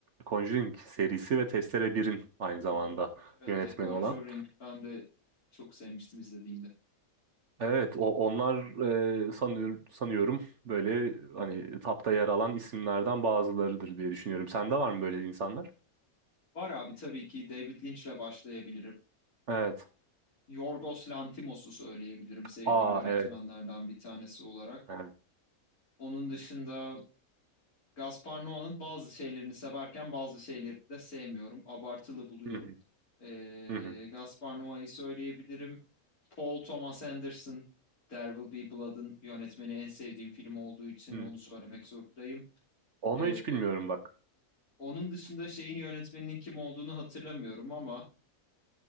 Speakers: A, on the right; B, on the left.
A: Conjuring serisi ve Testere birin aynı zamanda
B: Evet,
A: yönetmeni
B: The Conjuring
A: olan.
B: ben de çok sevmiştim izlediğimde.
A: Evet, o onlar e, sanıyor, sanıyorum böyle hani tapta yer alan isimlerden bazılarıdır diye düşünüyorum. Sende var mı böyle insanlar?
B: Var abi tabii ki David Lynch'le başlayabilirim.
A: Evet.
B: Yorgos Lanthimos'u söyleyebilirim sevdiğim
A: Aa
B: yönetmenlerden
A: evet.
B: bir tanesi olarak.
A: Evet.
B: Onun dışında Gaspar Noa'nın bazı şeylerini severken bazı şeylerini de sevmiyorum. Abartılı buluyorum.
A: Hı hı,
B: Ee,
A: hı hı,
B: Gaspar Noa'yı söyleyebilirim. Paul Thomas Anderson, There Will Be Blood'ın yönetmeni en sevdiğim film olduğu için
A: hı.
B: onu söylemek zorundayım.
A: Onu
B: Ee,
A: hiç bilmiyorum bak.
B: onun dışında şeyin yönetmeninin kim olduğunu hatırlamıyorum ama